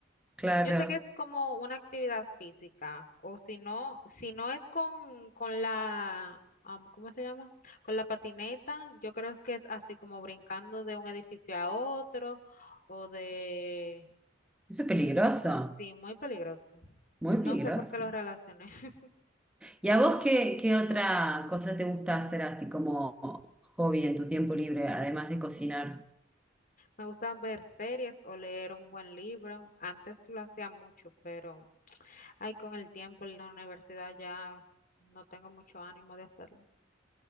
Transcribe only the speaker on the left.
Yo sé que es como una actividad física, o si no, si no es con, con la, am, ¿cómo se llama? Con la patineta, yo creo que es así como brincando de un edificio a otro, o de,
sí, muy peligroso.
No
sé por qué lo relacioné. <laughs>
Me gusta ver series o leer un buen libro. Antes lo hacía mucho, pero, ay, con el tiempo en la universidad ya no tengo mucho ánimo de hacerlo.